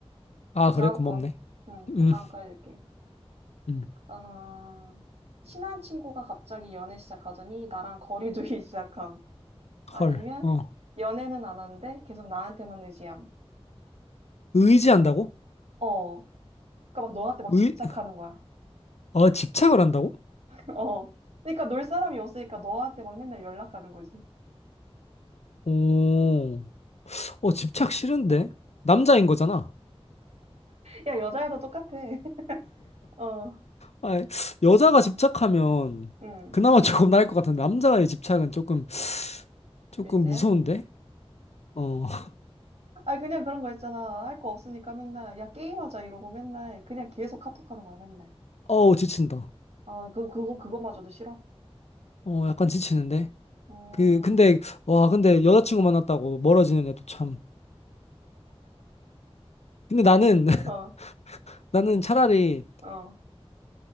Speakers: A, on the left (about 85°); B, on the right (about 80°).
A: 아,
B: 그 다음
A: 그래? 고맙네.
B: 거. 응, 그
A: 음,
B: 다음 거 읽을게.
A: 음.
B: 어, 친한 친구가 갑자기 연애 시작하더니 나랑 거리 두기 <laughs> 시작함. 아니면
A: 헐. 어.
B: 연애는 안 하는데 계속 나한테만 의지함.
A: 의지한다고?
B: 어. 그러니까 막 너한테 막
A: 의,
B: 집착하는 거야.
A: 어, 집착을 한다고?
B: <laughs> 어. 그러니까 놀 사람이 없으니까 너한테 막 맨날 연락하는 거지.
A: 오. 어, 집착 싫은데? 남자인 거잖아.
B: 야, 여자애도 똑같아. <laughs> 어.
A: 아, 여자가 집착하면
B: 응.
A: 그나마 <laughs> 조금 나을 것 같은데 남자의 집착은 조금 조금
B: 글쎄요.
A: 무서운데? 어, <laughs>
B: 아, 그냥 그런 거 있잖아. 할 거 없으니까 맨날, 야, 게임하자 이러고 맨날, 그냥 계속 카톡하는 거야, 맨날.
A: 어우 지친다.
B: 아, 그, 그거, 그거마저도 싫어?
A: 어, 약간 지치는데.
B: 어,
A: 그 근데 와, 근데 여자친구 만났다고 멀어지는 애도 참. 근데 나는 <laughs>
B: 어,
A: 나는 차라리
B: 어,